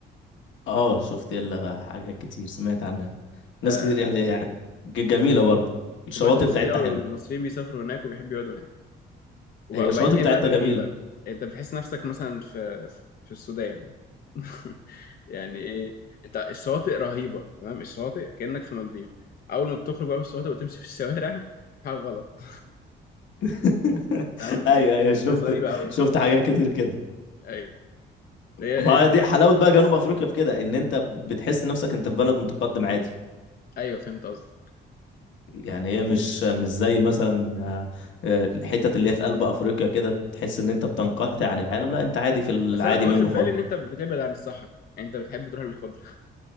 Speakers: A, on the left (about 70°); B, on the left (about 50°).
A: اه شفت لها حاجات كتير سمعت عنها ناس
B: آه
A: كتير يعني يعني ج- جميلة برضه الشواطئ
B: خد بالك ناس
A: بتاعتها
B: كتير قوي
A: حلوة
B: من المصريين بيسافروا هناك وبيحبوا يقعدوا هناك وب-
A: هي
B: وبعدين
A: الشواطئ
B: هي
A: بتاعتها
B: بلد غريبة
A: جميلة
B: أنت بتحس نفسك مثلا في في في السودان <laughs> يعني إيه أنت الشواطئ رهيبة تمام الشواطئ كأنك في مالديف أول ما بتخرج بقى من الشواطئ وتمشي في الشوارع في حاجة غلط
A: <laughs>
B: تمام ال-
A: ايوه
B: ال-
A: ايوه شفت
B: الناس غريبة قوي
A: شفت حاجات كتير كده
B: أيوه هي
A: ما
B: ال-
A: دي حلاوة بقى جنوب افريقيا في كده ان انت بتحس نفسك انت في بلد متقدم عادي
B: أيوه فهمت قصدك
A: يعني هي مش مش زي مثلا آه، آه، الحتت اللي هي في قلب افريقيا كده تحس ان انت بتنقطع عن العالم لا انت عادي في العادي
B: بس أنا واخد
A: منه
B: بالي
A: خالص
B: إن أنت بتبعد عن الصحراء يعني أنت بتحب تروح للخضرة <laughs>